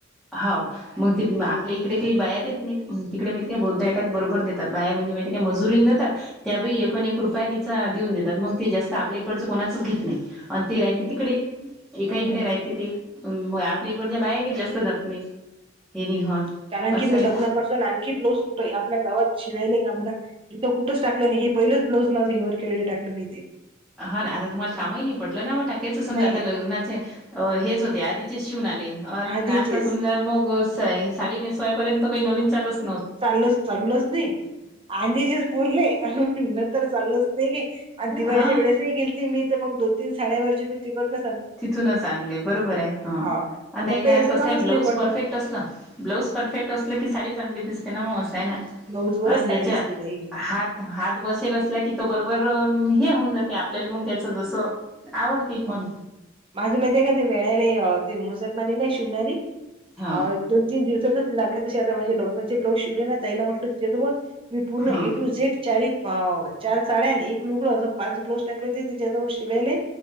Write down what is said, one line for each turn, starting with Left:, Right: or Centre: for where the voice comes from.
Centre: हा मग त आपल्या इकडे काही बाया देत नाही तिकडे मी काही बहुत
Right: हम्म
Centre: आहेत बरोबर देत बाया म्हणजे मा का मजुरीला जातात त्या एक
Right: हम्म
Centre: न एक रूप उपाय तिचा देऊन देतात मग ते जास्त आपल्या इकडच कोणाच घेत नाही. आणि ते राहते
Right: हम्म
Centre: तिकडे एकाइकडे
Right: हम्म हम्म
Centre: राहते ते आपल्या
Right: हाव
Centre: इकडच्या बाहे काे जास्त जात नाही. हे
Right: हम्म
Centre: होत
Right: कारण
Centre: असं
Right: की मी
Centre: आहे
Right: लग्नापासून
Centre: ना
Right: आणखी ब्लोज कुठे आहे आपल्या गावात शिवायला का मला? तिथं कुठंच टाकलं नाही हे पहिलंच ब्लाउज माझं हेवर केळले टाकलं मी ते.
Centre: हा ना आता तुम्हाला कामही नाही पटलं ना टाक्याच समजा
Right: नाही
Centre: आता लग्नाचे
Right: आ
Centre: अ हेच होते आधीचे शिवून आले अ
Right: आधीचेच
Centre: आता समजा मग अस आहे. साडी नेसवायापर्यंत काही नवीन चालत
Right: चालच चाललच नाही. आंधी दिवस पुरले. नंतर चालच नाही गे म दिवाळीच्या
Centre: हा
Right: वेळेस गेलती मी तर मग दोन तीन शाळेवर मी तिकट न
Centre: तिथूनच आणले बरोबर आहे
Right: हा
Centre: ह नाही
Right: मग काही
Centre: ना
Right: असं
Centre: कसं
Right: कामच
Centre: आहे ब्लाऊज
Right: नाही पडलं
Centre: परफेक्ट अस ना ब्लाऊज परफेक्ट असलं की साडी चांगली दिसते ना. मग असायना
Right: ब्लाऊज वरच
Centre: पण
Right: साडी
Centre: ज्याच्या
Right: असते ताई
Centre: हात हात बसेल असला की तो बरोबर हे होऊन जाते आपल्याला मग त्याच जसं आवडते
Right: हम्
Centre: पण
Right: हम माझं महि आहे का ते वेळाला ते मुसलमानी नाही शिवणारी
Centre: हा
Right: अ दोन तीन दिवसातच लागले तसे आता म्हणजे लोक म्हणजे लोक शिवले ना तैला म्हटलं तुझ्यासोबळ मी पूर्ण
Centre: हा
Right: ए टू झेड चार हाव चार साड्याने एक लुगडं असं पाच ब्लाऊज टाकले हो ते तिच्या जवळ शिवायले.